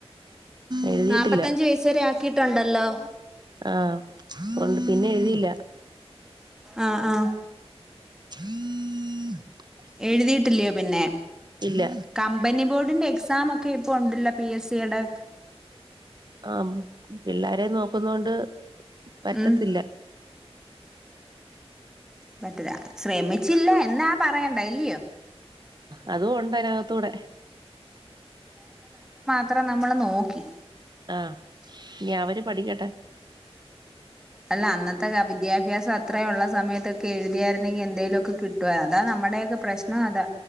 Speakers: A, on the right; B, in the centre.
A: എഴുതിട്ടില്ല
B: നാപ്പത്തഞ്ച് വയസ്സ് വരെ ആക്കിയിട്ടുണ്ടല്ലോ
A: അ ആ കൊണ്ട് പിന്നെ എഴുതില്ല
B: ആആ
A: <unintelligible>
B: എഴുതിയിട്ടില്ലയോ പിന്നെ
A: ഇല്ല
B: കമ്പനി ബോർഡിന്റെ എക് എക്സാം ഒക്കെ ഇപ്പൊ ഉണ്ടെല്ലോ പി എസ് സിയുടെ
A: അ മ് പിള്ളാരെ നോക്കുന്നോണ്ട് പറ്റത്തില്ല
B: ഉം പറ്റില്ല ശ്രമിച്ചില്ല എന്നാ പറയണ്ടെ ഇല്ല്യോ
A: ആഅതും ഉണ്ട് അതിനകത്തൂടെ
B: എത്ര നമ്മൾ നോക്കി
A: ആ ഇനി അവര് പഠിക്കട്ടെ
B: അല്ല അന്നത്തെ വിദ്യാഭ്യസം അത്രയുള്ള സമയത്തൊക്കെ എഴുതിയാരുന്നെങ്കിൽ എന്തേലുമോക്കെ കിട്ടു അതാ നമ്മ മടയൊക്കെ പ്രശ്നം അതാ